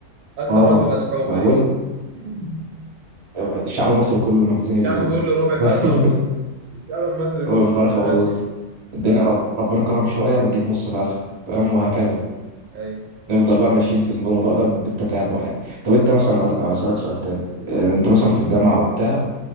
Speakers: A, on the right; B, on the right.
A: اكتر
B: آه
A: وجبه مسحوبه
B: ما أنا
A: دي
B: بقول
A: <clears throat>
B: الشعب المصري كله لما بيتزنق
A: الشعب
B: بيجيبها
A: كله ربع
B: <laughs>
A: فرخه ورز الشعب المصري كله
B: ربع فرخة
A: شغال
B: ورز
A: فيه
B: الدنيا
A: اه
B: رب... ربنا كرم شوية بنجيب نص فرخة فاهم وهكذا
A: اه ايوه
B: نفضل بقى ماشيين في الموضوع ده بالتتابع يعني طب انت
A: بس
B: مثلا أقول- اسألك سؤال تاني
A: قول
B: اه، انت مثلا في الجامعة وبتاع